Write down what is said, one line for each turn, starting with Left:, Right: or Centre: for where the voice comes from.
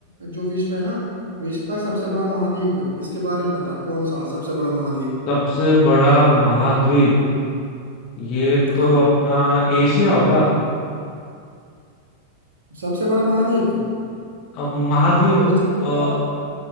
Right: जो विश्व है ना विश्व का सबसे बड़ा महाद्वीप इसके बारे में बता कौन सा सबसे बड़ा महाद्वीप
Left: सबसे बड़ा महाद्वीप ये तो
Right: हाँ
Left: अपना एशिया होगा
Right: सबसे बड़ा महाद्वीप
Left: अब महाद्वीप
Right: सोच ले
Left: अ,
Right: एक बार